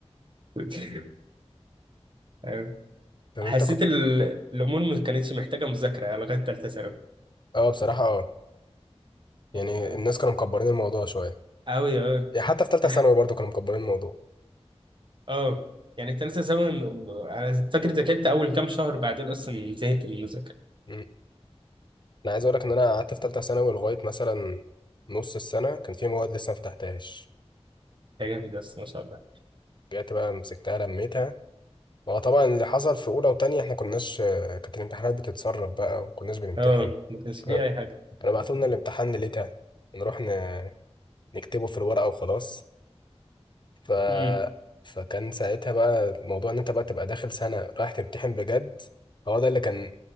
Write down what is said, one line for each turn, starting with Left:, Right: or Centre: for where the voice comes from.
Right: <laughs> أيوة.
Left: طب انت
Right: حسيت
Left: كنت
Right: ال- الامور ما كانتش محتاجه مذاكره لغايه ثالثه ثانوي
Left: اه بصراحه اه يعني
Right: يعني فاهم
Left: الناس كانوا مكبرين الموضوع شويه
Right: قوي قوي
Left: يعني حتى في ثالثه
Right: انا
Left: ثانوي برضو كانوا مكبرين الموضوع
Right: اه يعني التالتة ثانوي م- م- انا فاكر ذاكرت اول كام شهر بعدين اصلا زهقت من المذاكرة
Left: إمم. انا عايز اقول لك ان انا قعدت في ثالثه ثانوي لغايه مثلا نص السنه كان في مواد لسه ما فتحتهاش
Right: يا جامد بس ما شاء الله
Left: رجعت بقى مسكتها لميتها هو طبعا اللي حصل في اولى وتانية احنا كناش آه، كانت الامتحانات بتتسرب بقى وكناش بنمتحن
Right: اه ما كانش فيه
Left: كنا
Right: اي حاجة
Left: كانوا بعتوا لنا الامتحان ليلتها نروح ن... نكتبه في الورقه وخلاص ف
Right: امم
Left: فكان ساعتها بقى موضوع ان انت بقى تبقى داخل سنه رايح تمتحن بجد هو ده اللي كان